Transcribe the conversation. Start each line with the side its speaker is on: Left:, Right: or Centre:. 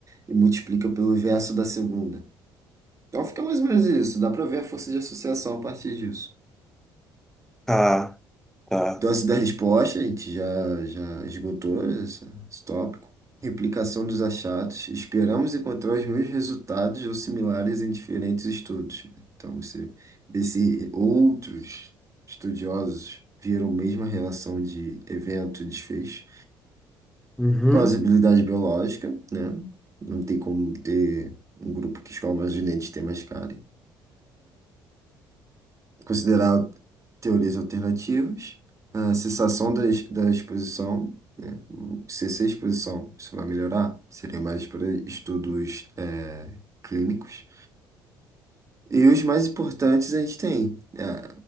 Right: e multiplica pelo verso da segunda. Então fica mais ou menos isso. Dá para ver a força de associação a partir disso.
Centre: Tá, tá.
Right: Dose da resposta, a gente já, já esgotou essa- esse tópico. Replicação dos achados. Esperamos encontrar os mesmos resultados ou similares em diferentes estudos. Então, você vê se outros estudiosos viram a mesma relação de evento e desfecho.
Centre: Uhum,
Right: Plausibilidade biológica, né? Não tem como ter um grupo que escolhe mais gente tem mais cara considerar teorias alternativas, a cessação da, ex- da exposição, né? Cessar a exposição, isso vai melhorar, seria mais para estudos eh, clínicos. E os mais importantes a gente tem eh,